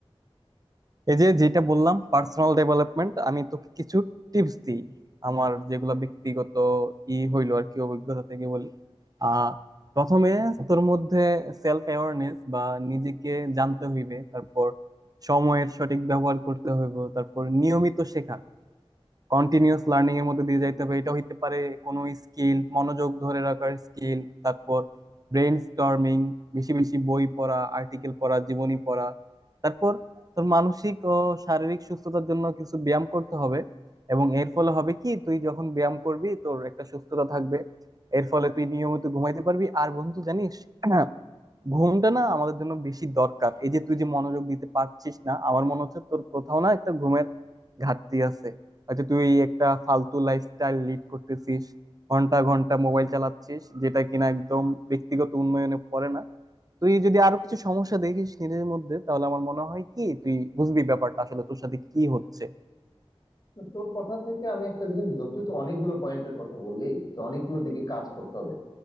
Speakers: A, on the right; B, on the left.
A: এই যে যেটা বললাম পার্সোনাল ডেভেলপমেন্ট আমি তোকে কিছু টিপস দিই আমার যেগুলো ব্যক্তিগত ই হইলো আর কি অভিজ্ঞতা থেকে বলি আহ প্রথমে তোর মধ্যে সেলফ অ্যাওয়ারনেস বা নিজেকে জানতে হইবে তারপর সময়ের সঠিক ব্যবহার করতে হইব তারপর নিয়মিত শেখা কন্টিনিউয়াস লার্নিং এর মধ্যে দিয়ে যাইতে হবে এটা হইতে পারে কোনো স্কিল মনোযোগ ধরে রাখার স্কিল তারপর ব্রেন স্টর্মিং বেশি বেশি বই পড়া আর্টিকেল পড়া জীবনী পড়া তারপর তোর মানসিক ও শারীরিক সুস্থতার জন্য কিছু ব্যায়াম করতে হবে এবং এর ফলে হবে কি তুই যখন ব্যায়াম করবি তোর একটা সুস্থতা থাকবে এর ফলে তুই নিয়মিত ঘুমাইতে পারবি আর বন্ধু জানিস হ্যাঁ, ঘুমটা না আমাদের জন্য বেশি দরকার এই যে তুই যে মনোযোগ দিতে পারছিস না আমার মনে হচ্ছে তোর কোথাও না একটা ঘুমের ঘাটতি আছে হয়তো তুই একটা ফালতু লাইফস্টাইল লিড করতেছিস ঘন্টা ঘন্টা মোবাইল চালাচ্ছিস যেটা কিনা একদম ব্যক্তিগত উন্নয়নে পড়ে না তুই যদি আরো কিছু সমস্যা দেখিস নিজের মধ্যে তাহলে আমার মনে হয় কি তুই বুঝবি ব্যাপারটা আসলে তোর সাথে কি হচ্ছে
B: না, তোর কথা থেকে আমি একটা জিনিস বুঝলাম তুই তো অনেকগুলো পয়েন্টের কথা বললি যে অনেকগুলো দিকে কাজ করতে হবে